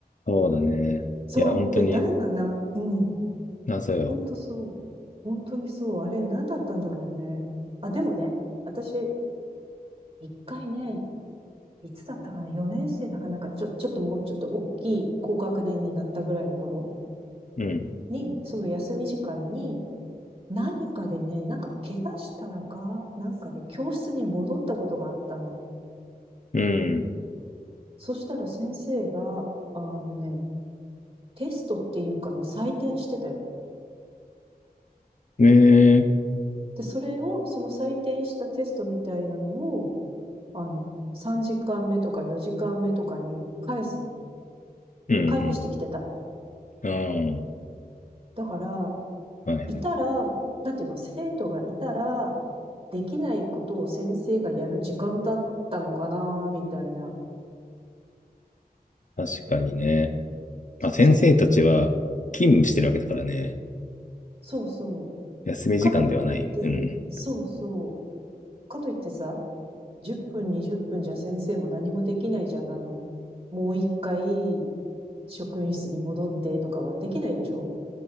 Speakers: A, on the left; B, on the right.
A: そうだね。
B: そう。
A: いや、本当に
B: で、誰がな、うん。
A: 謎よ。
B: ほんとそう。本当にそう。あれ、何だったんだろうね。あ、でもね、私、一回ね、いつだったかな ?4 年生だかなんか、ちょ、ちょっともうちょっと大きい高学年になったぐらいの頃
A: うん。
B: に、その休み時間に、何かでね、なんか怪我したらか、なんかで教室に戻ったことがあったの。
A: うん。
B: そしたら先生が、あのね、テストっていうかの採点してたよ。
A: ねえ。
B: で、それを、その採点したテストみたいなのを、あの、3時間目とか4時間目とかに返すの。
A: うん
B: 返してきてた。
A: うん。うんうん
B: だから、
A: あはいはい。
B: いたら、なんていうの、生徒がいたら、できないことを先生がやる時間だったのかな、みたいな。
A: 確かにね。まあ、先生たちは勤務してるわけだからね。
B: その、うん。そうそう。
A: 休み時間ではない。
B: かといって、
A: うん。
B: そうそう。かといってさ、10分、20分じゃ先生も何もできないじゃん。あの、もう一回、職員室に戻ってとかはできないでしょ